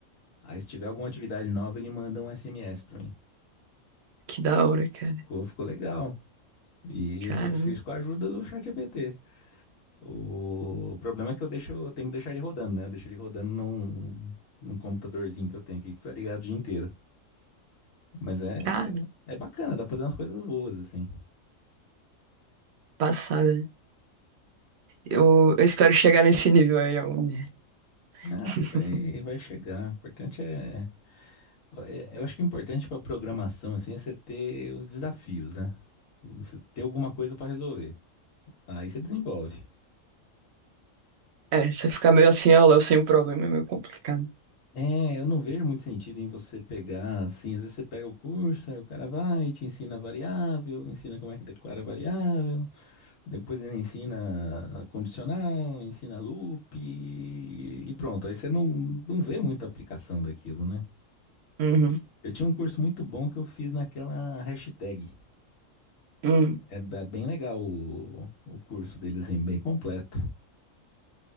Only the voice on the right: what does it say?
que da hora, cara.
Caramba,
cara.
Passada. Eu, eu espero chegar nesse nível aí algum dia.
<laughs>
É, você ficar meio assim, ah, Léo, sem o problema, é meio complicado.
Uhum.
Hum,